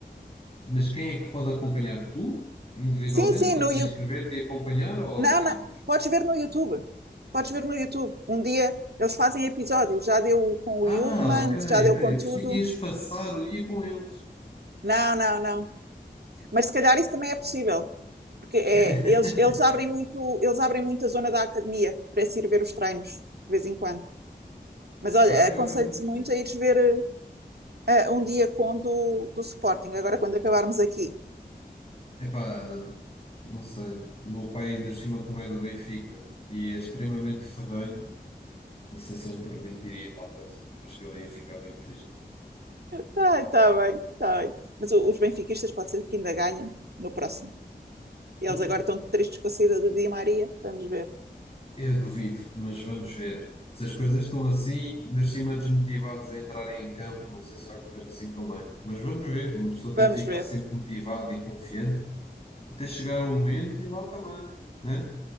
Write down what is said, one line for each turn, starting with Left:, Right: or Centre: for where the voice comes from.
Left: Mas quem é que pode acompanhar? Tu, individualmente,
Right: Sim, sim,
Left: podes
Right: no YouTube.
Left: inscrever-te e acompanhar ou
Right: Não,
Left: miúdos?
Right: não. Podes ver no YouTube. Podes ver no YouTube. Um dia eles fazem episódios. Já deu com
Left: Ah,
Right: o Yulman,
Left: ok,
Right: já deu
Left: ok.
Right: com
Left: Eu
Right: tudo.
Left: percebi que ias passar o dia com eles.
Right: Não, não, não. Mas se calhar isso também é possível, porque é,
Left: <laughs>
Right: eles, eles abrem muito, eles abrem muito a zona da academia para se ir ver os treinos de vez em quando. Mas
Left: Ok,
Right: olha, aconselho-te
Left: olha, muito
Right: muito
Left: fixe.
Right: a ires ver uh, um dia com do, do Sporting, agora quando acabarmos aqui.
Left: Epá, não sei. O meu pai ainda por cima como é do Benfica e é extremamente ferrenho. Não sei se ele me permitiria tal coisa. Acho que ele ia ficar muito triste.
Right: Tá, tá bem, tá bem. Mas os benfiquistas pode ser que ainda ganhem no próximo. Eles
Left: Hum,
Right: agora estão tristes com a saída do Di Maria. Vamos ver.
Left: eu duvido, mas vamos ver. Se as coisas estão assim, ainda por cima desmotivados a entrarem em campo, não sei se vai correr assim tão bem. Mas vamos ver, uma pessoa
Right: Vamos
Left: tem de ficar
Right: ver.
Left: sempre motivada e confiante até chegar ao momento e lá também, né?